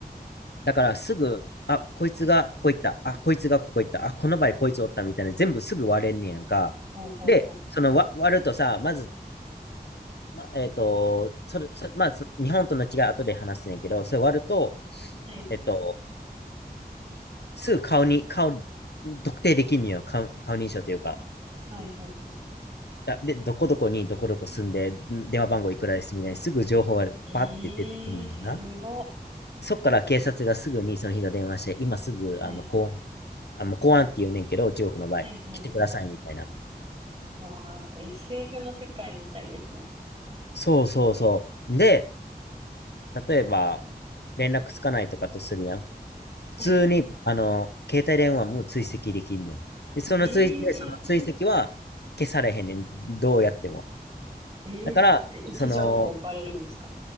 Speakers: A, on the left; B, on the right.
A: だからすぐ、あ、こいつがここ行った、あ、こいつがここ行った、あ、この場合こいつおったみたいな、全部すぐ割れんねやんか。
B: ほうほうほう。
A: で、その割、割るとさ、まず、ま、えっと、それ、そまあ、そ日本との違い後で話すねんけど、それ割ると、
B: はい。
A: えっと、すぐ顔に、顔、特定できんのよ、顔、顔認証というか。
B: はいはいは
A: だで、どこどこにどこどこ住んで、電話番号いくらですみたいにすぐ情報がパッて出てくるのな。
B: い。ええすごっ。
A: そっから警察がすぐにその人と電話して、今すぐあの公安、
B: はい。
A: あの公安って言うねんけど、中国の場合、
B: はいはいはい。
A: 来てくださいみたいな。
B: わあ、SF の世界みたいですね。
A: そうそうそう。で、例えば連絡つかないとかとするやん。普通にあの携帯電話も追跡できんねん。
B: はい。
A: で、その追、
B: ええ
A: で、その追跡は消されへんねん。どうやっても。
B: ええ位置情報バレるんですか
A: だから、その、